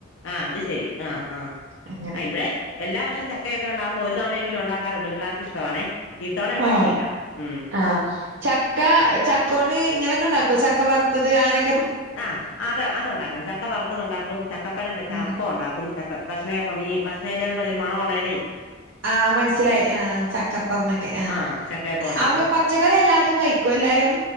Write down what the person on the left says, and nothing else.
ആഹ് അത് ശെരി ആഹ് ആഹ്
ആഹ് ഇവിടെ എല്ലാ വർഷ ചക്കൊക്കെ ഉണ്ടക്പോ ഒരു തവണെങ്കിലും ഉണ്ടാറുണ്ട് പിള്ളേർക്ക് ഇഷ്ടവാണേ ഇത്തവണ ഉണ്ടാക്കിയില്ല
ഉം
ആഹ് അത് അത്ണ്ടാക്കും ചക്ക വറുത്തത് ഉണ്ടാക്കും ചക്കപ്പഴം വെച്ച
അപ്പം ഉണ്ടാക്കും ച ക്ക ഭക്ഷണയഅപ്പം ഈ ഭക്ഷണ ഇലയന്ന് പറഞ്ഞൊരു മണമള്ള ഇലയി
ആഹ് ചക്കയപ്പം ഉണ്ടാക്കും